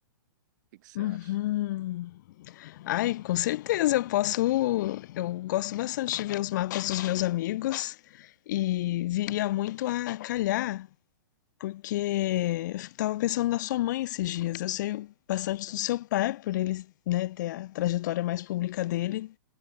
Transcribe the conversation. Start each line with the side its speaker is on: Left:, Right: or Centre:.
Right: que que você
Left: uhum.
Right: acha?
Left: Ai, com certeza eu posso. Eu gosto bastante de ver os mapas dos meus amigos e viria muito a calhar, porque eu tava pensando na sua mãe esses dias. Eu sei bastante do seu pai, por ele, né, ter a trajetória mais pública dele,